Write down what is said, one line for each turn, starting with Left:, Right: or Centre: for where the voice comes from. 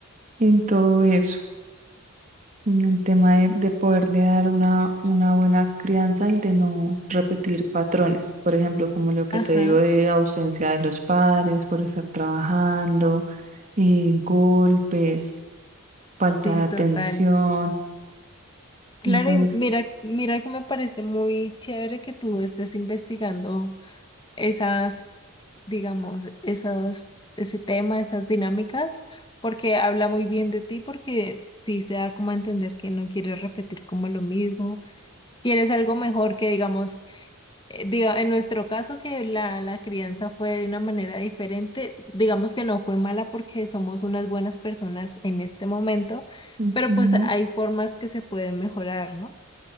Right: en todo eso, en el tema de, de poderle dar una, una buena crianza y de no repetir patrones. Por ejemplo, como lo que
Left: Ajá,
Right: te digo de ausencia de los padres por estar trabajando, eh, golpes, falta
Left: sí,
Right: de atención.
Left: total. Claro,
Right: Entonces,
Left: y mira,
Right: que-
Left: mira que me parece muy chévere que tú estés investigando esas digamos, esos, ese tema, esas dinámicas, porque habla muy bien de ti, porque sí se da como a entender que no quieres repetir como lo mismo, quieres algo mejor que, digamos, eh, diga, en nuestro caso que la, la crianza fue de una manera diferente, digamos que no fue mala porque somos unas buenas personas en este momento,
Right: ujú,
Left: pero pues hay formas que se pueden mejorar, ¿no?